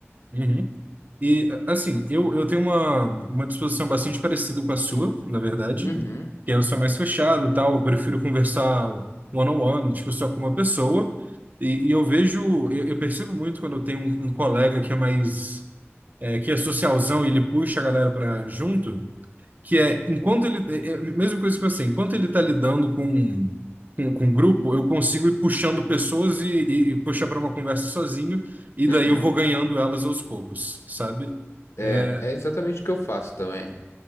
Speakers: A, on the right; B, on the left.
A: Uhum. E, assim, eu, eu tenho uma, uma disposição bastante parecida com a sua, na verdade,
B: Uhum,
A: que é eu sou mais fechado, tal, eu prefiro conversar one-on-one, tipo, só com uma pessoa, e, e eu vejo, eu, eu percebo muito quando eu tenho um, um colega que é mais, é, que é socialzão e ele puxa a galera para junto, que é enquanto ele é é a mesma coisa que você, enquanto ele está lidando com com, com grupo, eu consigo ir puxando pessoas e, e, e puxar para uma conversa sozinho e daí
B: uhum.
A: eu vou ganhando elas aos poucos, sabe?
B: É,
A: É,
B: é exatamente o que eu faço também.